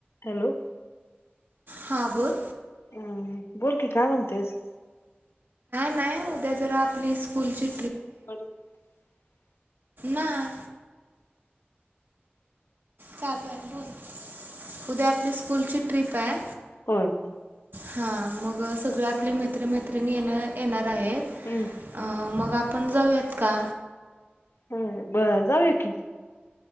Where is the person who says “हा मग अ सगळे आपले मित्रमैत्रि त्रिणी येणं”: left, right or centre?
Right